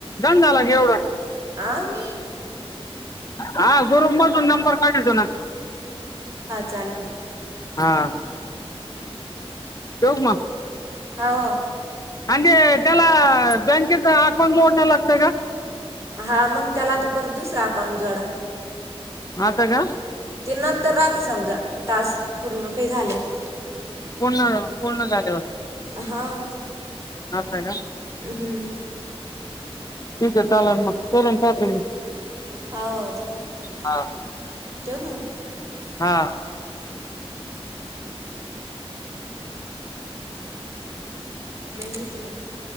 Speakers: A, on the left; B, on the right.
A: दंदालागे एवढं
B: आ म
A: हा गुरुपमधून नंबर काढ तो ना
B: चालून
A: हां
B: अ <unintelligible>
A: <unintelligible>
B: हावा,
A: म्हण त्याला बँकेचा अकाउंट जोडण्या लागतं का?
B: हा मग त्याला आता परत दुसरा अकाउंट जोडा,
A: आत्ता का?
B: ते नंतर राहत समजा टास्क पूर्ण काही झाल्यात.
A: पूर्ण पूर्ण झाले होते.
B: हा हम्
A: आहे का
B: हम्म,
A: ठीक आहे चाल मग, करून पाहतो मी
B: हवव चालू
A: हा
B: ठेव का मग,
A: हां,
B: लान घेतया आहे.